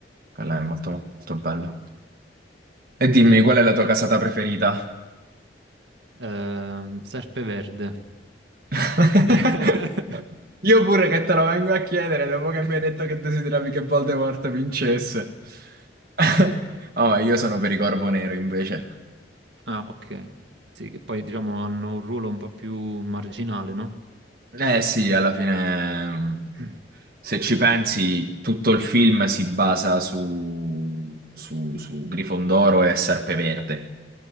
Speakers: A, on the right (about 55°); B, on the right (about 75°).
A: Quella è molto, molto bella. E dimmi, qual è la tua casata preferita?
B: Eh, Serpe Verde.
A: <laughs>
B: <laughs>
A: Io pure che te lo vengo a chiedere dopo che mi hai detto che desideravi che Voldemort vincesse. <laughs> Oh, io sono per i Corvo Nero invece.
B: Ah, ok. Sì, che poi diciamo hanno un ruolo un po' più marginale, no?
A: Eh sì, alla fine, mh,
B: <clears throat>
A: se ci pensi, tutto il film si basa su, su, su Grifondoro e Serpeverde.